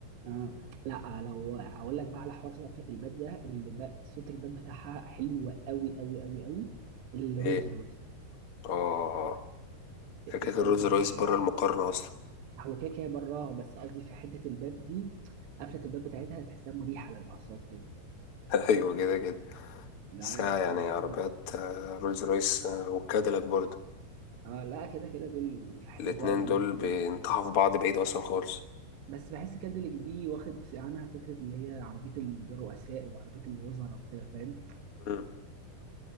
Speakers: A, on the right; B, on the left.
A: اه لا لو اقول لك بقى على حوار قفله الباب ده اللي بقى صوت الباب بتاعها حلو قوي قوي قوي قوي الرولز
B: ايه
A: رويس
B: اه فكرة
A: الصوت
B: الرولز
A: بتاعها
B: رويس بره المقارنة اصلا
A: هو كده كده براها بس قصدي في حته الباب دي قفله الباب بتاعتها تحسها مريحه للاعصاب كده
B: <laughs> ايوه كده كده
A: لا
B: ساعة
A: لا الصراحه
B: يعني عربيات آه، رولز رويس آه، وكاديلاك برضه
A: اه لا كده كده دول في حتت
B: الاتنين
A: بقى بعيد
B: دول
A: خالص
B: بينطحوا
A: يعني
B: في بعض بعيد اصلا خالص
A: بس بحس كادليك دي واخد عنها فكره اللي هي عربيه الرؤساء وعربيه الوزراء وكده فاهم
B: مم.